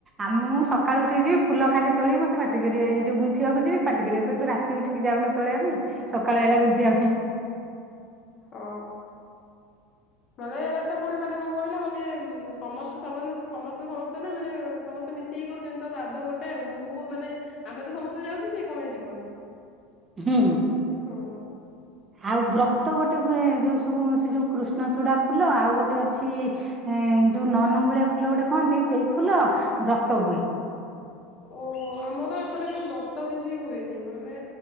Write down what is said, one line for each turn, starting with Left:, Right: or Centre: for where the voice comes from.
Right: ଆମ ମୁଁ ସକାଳୁ ଉଠିକି ଯିବି ଫୁଲ ଖାଲି ତୋଳି ମତେଟି କରିବ ଯୋଉ ଗୁନ୍ଥିବାକୁ ଯି ପାଟି କର କରିବାକୁହ ତୁ ରାତିକୁ ଉଠିକି ଯାଉନ ତଳ ପାଇଁ। ସକାଳେ <unintelligible>
Left: ଓ ମାନେ ଏ ତ ପୁଣି ମାନେ କଣ କହିଲା ମାନେ ସମସ୍ତେ ସବ ସମସ୍ତେ ସମସ୍ତେନା ମାନେ ସମସ୍ତେ ମିଶିକି କରୁଚନ୍ତି ତପାଦ ଗୋଟେ ଆଉ ମୁଁ କଁ ମାନେ ଆମେତ ସମସ୍ତେ ଯାଉଚୁ ସିଏ କଁ ପାଇଁ ଯିବନି
Right: ହୁଁ।
Left: ହୁଁ।
Right: ଆଉ ବ୍ରତ ଗୋଟେ ହୁଏ ଯୋଉ ସବୁ ସେଯୋଉ କୃଷ୍ଣ ଚୂଡ଼ା ଫୁଲ ଆଉ ଗୋଟେ ଅଛି ଏଁ ଯୋଉ ନନଙ୍ଗୁଳିଆ ଫୁଲ ଗୋଟେ କହନ୍ତି ସେଇ ଫୁଲ ବ୍ରତ ହୁଏ।
Left: ଓହୋ ଆମର ଏପଟେ କାଇହିଁ ବ୍ରତ କିଛି ହୁଏନି ମାନେ